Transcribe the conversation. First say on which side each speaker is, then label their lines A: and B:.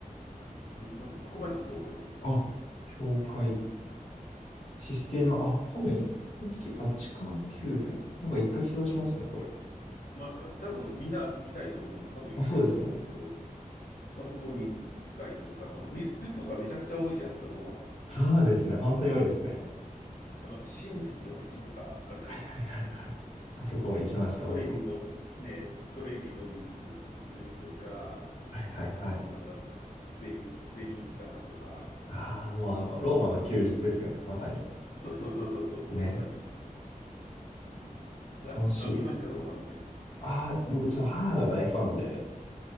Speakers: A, on the left (about 75°); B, on the left (about 50°).
A: うん、ちょっとそこまでちょっと覚えてないです。
B: あ、教会、システィーナ、あ、多分行ったき、バチカン宮殿。なんか行った気がしますね、これ。
A: まあ、多分みんな行きたいと思うんで、多分行ってると思うんですけど、
B: まあ、そうですよね。
A: まあ、そこに行ったりとか、
B: あ、
A: その見るとかめちゃくちゃ多いじゃないですか、ローマは。
B: そうですね。本当に多いですね。
A: あの、真実の口とかあるじゃないですか。
B: はいはいはいはい。あそこ行きました、
A: トレビの、
B: 僕も。
A: ね、トレビの水、泉とか、
B: はいはいはい。
A: あとなんだ、ススペイン、スペイン坂とか、
B: ああ、もうあの、ローマの休日ですよね、まさに。
A: そうそうそうそうそうそう、
B: ね。
A: まさに。な、
B: 楽しいです。
A: あ、見ましたよローマの休日。
B: ああ、僕ちょっと母が大ファンで、